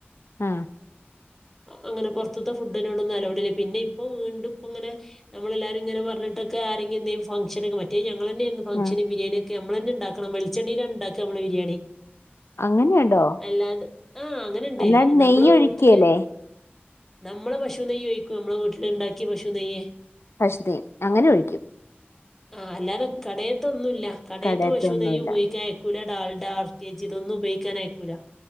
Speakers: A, on the left (about 75°); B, in the centre.
A: ആ
B: അങ്ങനെ പൊർത്തിത്തെ ഫുഡിനോടൊന്നും അലൗടില്ല പിന്നെ ഇ പ്പൊ വീണ്ടും ഇപ്പോങ്ങെനെ നമ്മളെല്ലാരും ഇങ്ങനെ പറഞ്ഞിട്ടൊക്കെ ആരെങ്കിന്തേലു ഫങ്ഷനൊക്കെ മറ്റേ ഞങ്ങളെ ന്നേര്ന്നു ഫംഗ്ഷന്
A: ആഹ്
B: ബിരിയാണ്യൊക്കെ നമ്മളെന്നെണ്ടാക്കണം വെളിച്ചണ്ണീലാണ്ടാക്ക നമ്മളെ ബിരിയാണി
A: അങ്ങനെയുണ്ടോ
B: അല്ലാണ്ട് ആ, അങ്ങനെണ്ട്
A: അല്ലാണ്ട്
B: നമ്മളെ
A: നെയ്യ് ഒഴിക്കുകേല്ലേ
B: വീട്ടില് നമ്മളെ പശു നെയ്യ് ഒയിക്കും, നമ്മളെ വീട്ടിൽ ഇണ്ടാക്കിയ പശു നെയ്യ്
A: <unintelligible> അങ്ങനെ ഒഴിക്കും
B: ആ അല്ലാതെ കടേത്തൊന്നുല്ല. കടേത്ത
A: കടേത്തെ
B: പശു
A: ഒന്നുമില്ല
B: നെയ്യ് ഉപയോഗിക്കായ് ക്കൂല ഡാൽഡ, ആർ കെ ജി ഇതൊന്നും ഉപയിക്കാൻ അയ്ക്കൂല